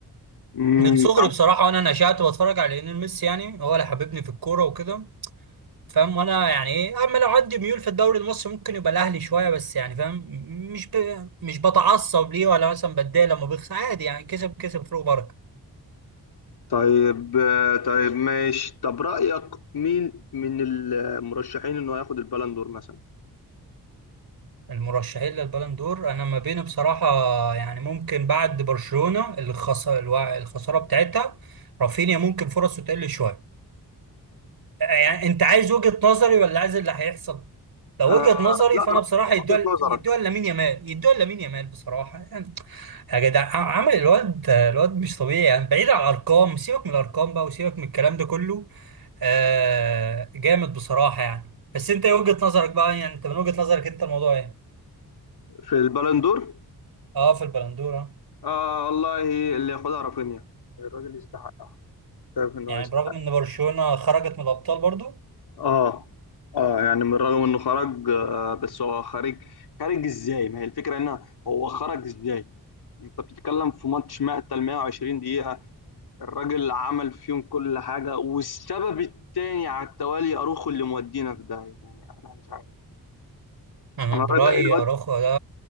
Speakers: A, on the left; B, on the right.
A: امم
B: من صغري
A: طب
B: بصراحة وأنا نشأت بتفرج على ليونيل ميسي يعني هو اللي حببني في الكورة وكده فاهم وأنا يعني إيه أما لو عندي ميول في الدوري المصري ممكن يبقى الأهلي شوية بس يعني فاهم مش ب... مش بتعصب ليه ولا مثلا بتضايق لما بيخسر عادي يعني كسب كسب فيه بركة
A: طيب آه، طيب ماشي طب رأيك مين من المرشحين انه هياخد البالندور مثلا
B: المرشحين للبالون دور أنا ما بينه بصراحة يعني ممكن بعد برشلونة اللي خسر الوا- الخسارة بتاعتها رافينيا ممكن فرصه تقل شوية يعني انت عايز وجهة نظري ولا عايز اللي هيحصل لو
A: آه
B: وجهة نظري
A: لا
B: فانا
A: رأ-
B: بصراحة يدوها
A: وجهة
B: ل-
A: نظرك
B: يدوها لامين يامال يدوها لامين يامال بصراحة يعني يا جدع ع- عمل الواد الواد مش طبيعي يعني بعيد عن الارقام سيبك من الارقام بقى وسيبك من الكلام ده كله آه جامد بصراحة يعني بس انت ايه وجهة نظرك بقى يعني انت من وجهة نظرك انت الموضوع ايه
A: في البالندور
B: اه في البلندورة
A: آه والله اللي ياخدها رافينيا الراجل يستحقها شايف انه
B: يعني
A: هيستحق
B: برغم ان برشلونة خرجت من الابطال برضو
A: اه اه يعني من رغم انه خرج آه بس هو خارج خارج ازاي ما هي الفكره ان هو خرج ازاي انت بتتكلم في ماتش مقتل 120 دقيقه الراجل عمل فيهم كل حاجه والسبب التاني على التوالي اروخو اللي مودينا في ده يعني انا مش عارف
B: انا
A: انا
B: برأيي
A: الراجل- الواد
B: اراخو ده